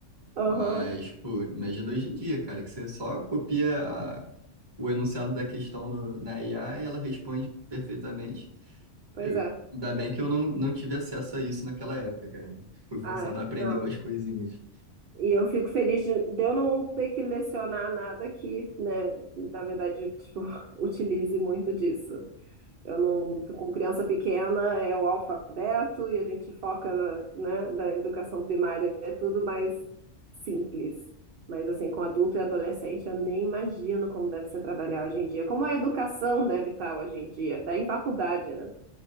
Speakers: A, on the right; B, on the right.
A: Aham,
B: Mas, pô, imagina hoje em dia, cara, que você só copia a- o enunciado da questão no- na IA e ela responde perfeitamente.
A: Pois
B: Eu,
A: é.
B: ainda bem que eu não, não tive acesso a isso naquela época, cara. Fui forçado
A: Ah,
B: a aprender
A: não.
B: umas coisinhas.
A: E eu fico feliz de, de eu não ter que lecionar nada que, né, na verdade, tipo, <laughs> utilize muito disso. Eu não, com criança pequena é o alfabeto e a gente foca, na- né, da educação primária, é tudo mais simples. Mas assim, com adulto e adolescente, eu nem imagino como deve ser trabalhar hoje em dia. Como a educação deve estar hoje em dia, tá em faculdade, né?